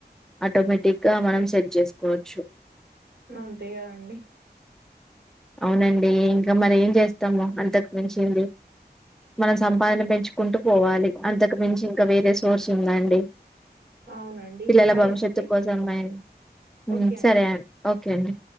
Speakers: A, in the centre; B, on the right.
A: ఆటోమేటిక్ గా మనం సెట్ చేసుకోవచ్చు
B: అంతే కదండి
A: అవునండి ఇంకా మరి ఏం జేస్తాము అంతకు మించింది మనం సంపాదన పెం చుకుంటూ పోవాలి అంతకు మించి ఇంకా వేరే సోర్స్ ఉందాండి
B: అవునండి.
A: పిల్లల
B: సరే
A: భవిష్యత్తు
B: అండి.
A: కోసం మేం మ్మ్
B: ఓకే అండి.
A: సరే అం ఓకే అండి.